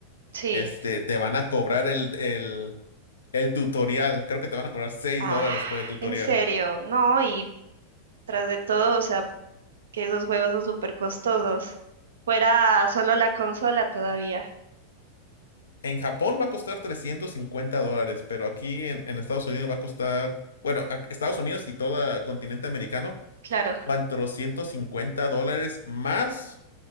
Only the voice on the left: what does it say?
este, te van a cobrar el, el, el tutorial. Creo que te van a cobrar 6
dólares por el tutorial.
En Japón va a costar 350 dólares, pero aquí en, en Estados Unidos va a costar... Bueno, a- Estados Unidos y todo continente americano
450 dólares más